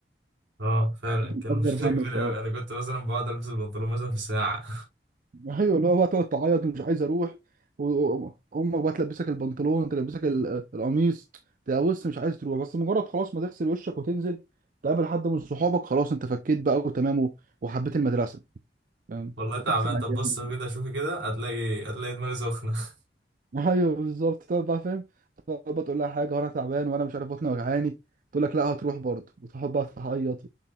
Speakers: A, on the right; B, on the right.
A: اه فعلا
B: دي
A: كان
B: كان
A: مشكلة
B: اكبر هم
A: <laughs> كبيرة
B: بصراحه
A: اوي انا كنت مثلا بقعد البس البنطلون مثلا في ساعة
B: ايوه اللي هو بقى تقعد تعيط ومش عايز اروح وامك بقى تلبسك البنطلون تلبسك ال- القميص تبقى بص مش عايز تروح بس مجرد خلاص ما تغسل وشك وتنزل تقابل حد من صحابك خلاص انت فكيت بقى وتمام و- وحبيت المدرسه
A: <laughs>
B: فاهم
A: والله تعبان
B: كانت احسن
A: طب
B: ايام
A: بص
B: بصراحة.
A: كده شوفي كده هتلاقي هتلاقي دماغي سخنة <laughs>
B: ايوه بالظبط تقعد بقى فاهم تقعد بقى تقول لها حاجه وانا تعبان وانا مش عارف بطني وجعاني تقول لك لا هتروح برضه وتقعد بقى تعيط